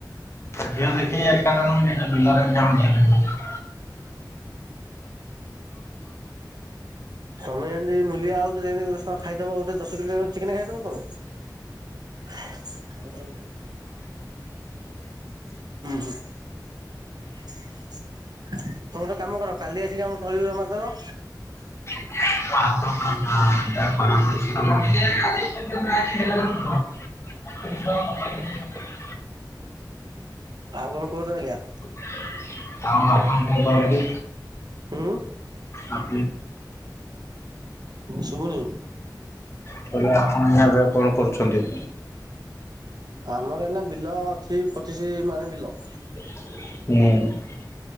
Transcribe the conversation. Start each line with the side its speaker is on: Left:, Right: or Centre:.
Left: ଝିଅ ଦେଖି ଏକା ଥରକୁ ନିଜ ବିଲରେ <unintelligible>
Right: ତମେ ଏନ୍ତି ମୂଲିଆ ଆଉଛ ଯେମତି ଗୋଟେ ଖାଇଦବ ଗୋଟେ ଦଶ କିଲୋ ଚିକେନ ଖାଇଦବ ତମେ। ହ ଉ ହୁଁ। ତମେ ଗୋଟେ କାମ କର କାଲି ଆସିକି ଆମ ତଳିିଉରା ମାରିଦବ।
Left: ଆପଣ କଣ କର <unintelligible> <inaudible>
Right: ଆଉ କଣ କହନ୍ତୁ ଆଜ୍ଞା?
Left: <inaudible> ଆଉ ଆପଣ କଣ କରନ୍ତି?
Right: ହୁଁ
Left: ଆ <inaudible>
Right: ଶୁଭୁନି!
Left: ତାହେଲେ ଆପଣ ଏବେ କଣ କରୁଛନ୍ତି?
Right: ଆମର ଏଇନା ବିଲ ଅଛି, ପଚିଶି ମାଣେ ବିଲ!
Left: ହୁଁ।